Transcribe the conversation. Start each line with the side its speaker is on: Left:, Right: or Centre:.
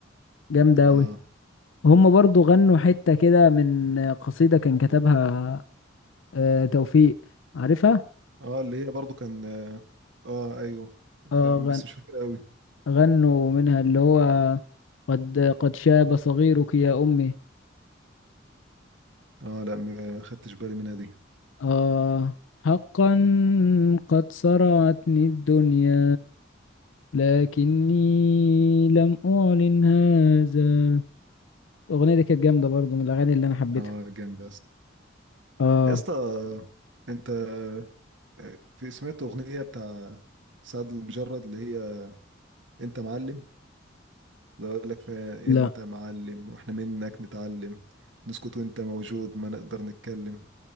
Left: جامدة
Right: اه
Left: أوي هما برضو غنوا حتة كده من قصيدة كان كتبها آه توفيق عارفها
Right: اه اللي هي برضو كان اه آه، ايوه
Left: اه
Right: فاهم
Left: غن
Right: بس مش فاكر قوي
Left: غنوا منها اللي هو قد قد شاب صغيرك يا أمي
Right: اه لا ما خدتش بالي منها دي
Left: اه حقا قد صرعتني الدنيا لكني لم أعلن هذا الأغنية دي كانت جامدة برضو من الأغاني اللي أنا حبيتها
Right: اه جامد يا اسطى
Left: اه
Right: يا اسطى انت آه، في سمعت اغنيه بتاع سعد المجرد اللي هي انت معلم اللي اقول لك فيها
Left: لا
Right: انت معلم واحنا منك نتعلم نسكت وانت موجود ما نقدر نتكلم